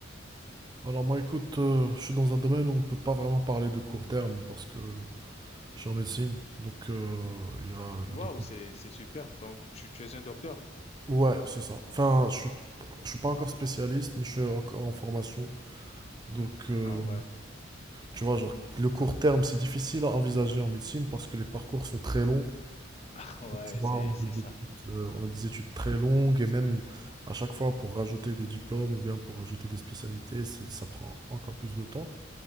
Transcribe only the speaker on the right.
Alors moi, écoute, euh, je suis dans un domaine où on peut pas vraiment parler de court terme parce que je suis en médecine, donc euh, il y a...
les-
Ouais, c'est ça. Enfin, je suis, je suis pas encore spécialiste, mais je suis encore en formation. Donc, euh,
tu vois, genre, le court terme, c'est difficile à envisager en médecine parce que les parcours sont très longs
Donc,
Tu vois,
on a
des
études, euh, on a des études très longues et même à chaque fois pour rajouter des diplômes ou bien pour rajouter des spécialités, c'est- ça prend encore plus de temps.